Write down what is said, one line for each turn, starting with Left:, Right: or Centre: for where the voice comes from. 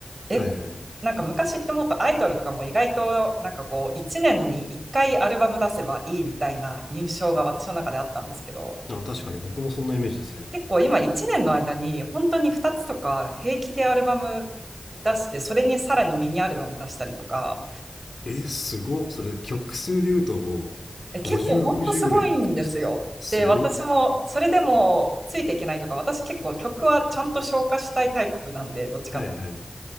Right: え、
Left: はいはい。
Right: こなんか昔ってもっとアイドルとかも意外となんかこう1年に1回アルバム出せばいいみたいな印象が私の中であったんですけど、
Left: あ、確かに僕もそんなイメージですね。
Right: 結構今1年の間に本当に2つとか平気でアルバム出して、それにさらにミニアルバム出したりとか、
Left: え、すごっ。それ、曲数で言うともう、
Right: え、結構本当すごいんですよ。
Left: 50、60ぐらいいくってことですか。すごっ。
Right: で、私もそれでもついていけないとか、私結構曲はちゃんと消化したいタイプなんで、どっちかって
Left: はいはい。